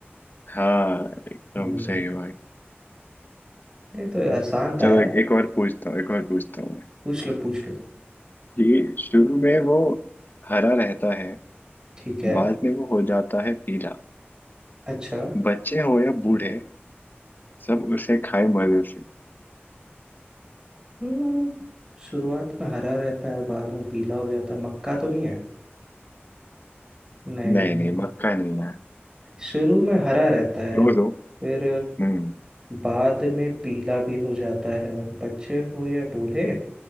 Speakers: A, on the left; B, on the right.
A: हाँ एकदम
B: हम्म,
A: सही भाई
B: ये तो आसान था
A: चलो
B: यार
A: एक, एक और पूछता हूँ एक और पूछता हूँ मैं
B: पूछ लो पूछ लो
A: कि शुरू में वो हरा रहता है
B: ठीक है
A: बाद में वो हो जाता है पीला
B: अच्छा
A: बच्चे हो या बूढ़े सब उसे खाए मजे से
B: हम्म, शुरुआत में हरा रहता है बाद में पीला हो जाता है मक्का तो नहीं है नहीं
A: नहीं
B: नहीं
A: नहीं मक्का नहीं है
B: शुरू में हरा रहता है
A: क्लोज हो
B: फिर
A: हम्म
B: बाद में पीला भी हो जाता है बच्चे हो या बूढ़े